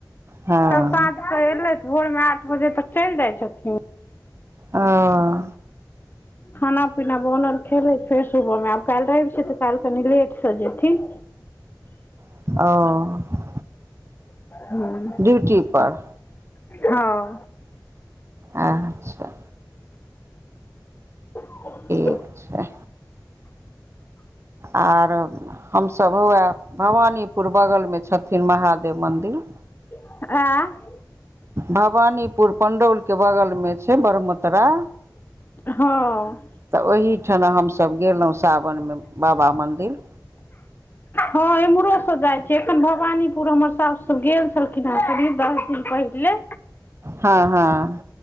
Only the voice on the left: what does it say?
सब साँझ के एलै भोरमे आठ बजे तक चलि जाइ छथिन।
खाना-पीना बोनल खेलैय फेर सुबह मे काल्हि रैव छैय तऽ काल्हि कनि लेट से जेथिन।
हूॅं
हां
<inaudible>
वएह
हँ
हां इम्हरो से जाय छैय। न भवानीपुर हमर सास सब गेल छलखिन हे करीब दस दिन पहिले।